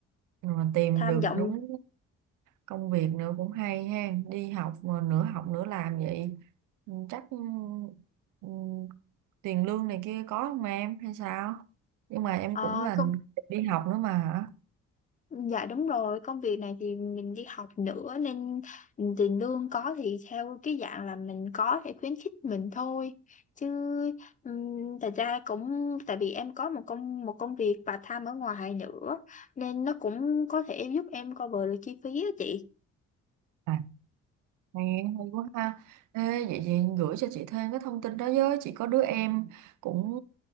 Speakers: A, on the right; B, on the left.
A: rồi mà tìm
B: tham
A: được
B: vọng
A: đúng công việc nữa cũng hay ha đi học mà nửa học nửa làm vậy ừ, chắc ừ, ừ, tiền lương này kia có không em hay sao nhưng mà em
B: Ờ,
A: cũng là đi học nữa mà hả
B: Dạ đúng rồi, công việc này thì mình đi học nữa nên tiền lương có thì theo cái dạng là mình có thể khuyến khích mình thôi. Chứ ừm, thật ra cũng tại vì em có một công một công việc part time ở ngoài nữa nên nó cũng có thể giúp em cover được chi phí đó chị.
A: À, nghe hay quá ha. Ê, vậy chị gửi cho chị thêm cái thông tin đó với. Chị có đứa em cũng